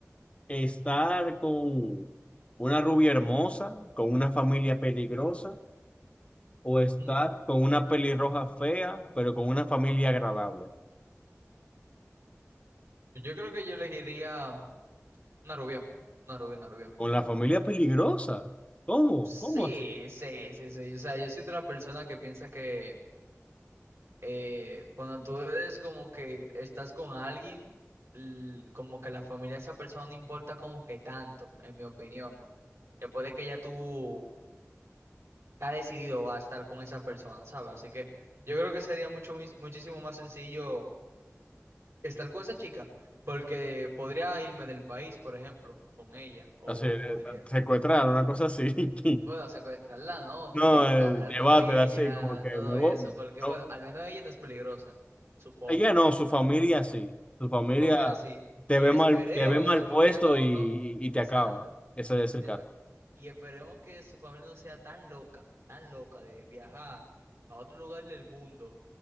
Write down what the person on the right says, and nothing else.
Mm.
Yo creo que yo elegiría. Una rubia, una rubia, una rubia.
Sí,
sí, sí, sí. O sea, yo soy de la persona que piensa que eh, cuando tú eres como que estás con alguien, l- como que la familia de esa persona no importa como que tanto, en mi opinión. Después de que ya tú estás decidido a estar con esa persona, ¿sabes? Así que yo creo que sería mucho, mis- muchísimo más sencillo estar con esa chica, porque podría irme del país, por ejemplo, con ella, o
podría...
Bueno, secuestrarla no,
pero
hablar
con ella,
todo
eso, porque bueno,
al menos ella no es peligrosa, supongo.
Su familia sí.
Y
esperemos
que su familia
no,
no,
exacto.
Espe-
Y esperemos que su familia no sea tan loca, tan loca de viajar a otro lugar del mundo,